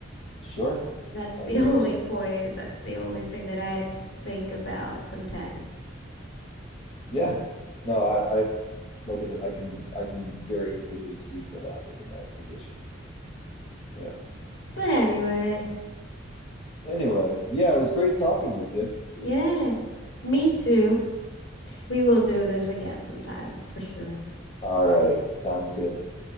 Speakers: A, on the left (about 30°); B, on the left (about 70°).
A: Sure.
B: that's
A: I
B: the
A: hear
B: <laughs> only
A: what you're saying.
B: point that's the only thing that i think about sometimes
A: Yeah, no, I, I, like I said, I can, I can very clearly see the logic in that position. Yeah.
B: but anyways
A: So anyway, yeah, it was great talking with you.
B: yeah me too we will do this again sometime for sure
A: All right, sounds good.